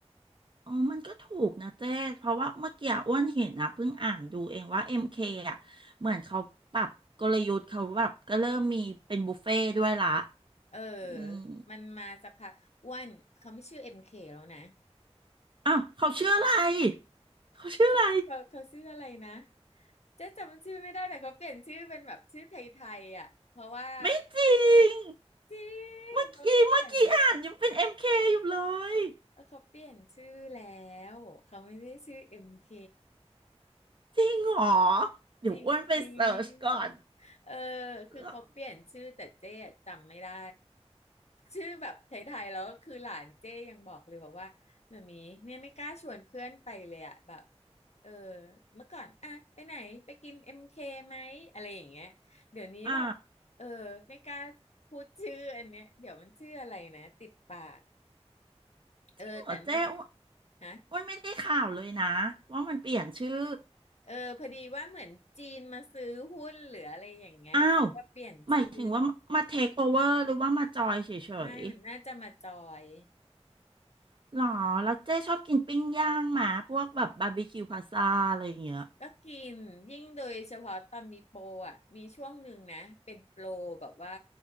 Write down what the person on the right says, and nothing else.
อ๋อมันก็ถูกนะเจ๊เพราะว่าเมื่อกี้อ้วนเห็นนะเพิ่งอ่านดูเองว่าเอ็มเคอ่ะเหมือนเขาปรับกลยุทธ์เขาแบบก็เริ่มมีเป็นบุฟเฟ่ต์ด้วยละ
อืม
อ้าวเขาชื่ออะไรเขาชื่ออะไร
ไม่จริง
เมื่อกี้เมื่อกี้อ่านยังเป็น MK อมเคอยู่เลย
จริงเหรอเดี๋ยวอ้วนไปเสิร์ชก่อน
แล้ว
อ่า
จริงเหรอเจ้อ้วน
อ้วนไม่ได้ข่าวเลยนะว่ามันเปลี่ยนชื่อ
อ้าวหมายถึงว่ามาเทคโอเวอร์หรือว่ามาจอยเฉย
ๆหรอแล้วเจ้ชอบกินปิ้งย่างหมาพวกแบบบาร์บีคิวพาซาอะไรอย่างเงี้ย